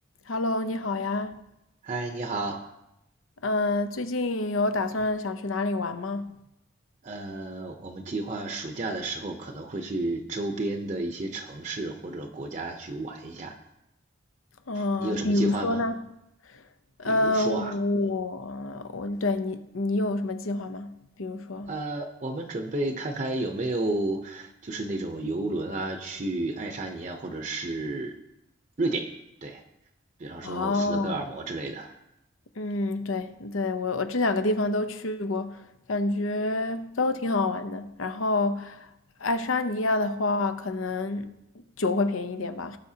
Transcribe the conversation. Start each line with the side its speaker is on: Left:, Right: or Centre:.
Left: Hello，你好呀。
Right: 嗨，你好，
Left: 嗯，最近有打算想去哪里玩吗？
Right: 呃，我们计划暑假的时候可能会去周边的一些城市或者国家去玩一下，
Left: 嗯，
Right: 你有什么计划吗？
Left: 比如说呢？嗯，
Right: 比如说啊，
Left: 我我对你，
Right: 嗯，
Left: 你有什么计划吗？比如说？
Right: 呃，我们准备看看有没有就是那种游轮啊，去爱沙尼亚或者是瑞典，对，比方说斯德哥尔摩之类的，
Left: 哦，嗯，对对，我我这两个地方都去过，感觉都挺好玩的。然后，爱沙尼亚的话，可能酒会便宜一点吧。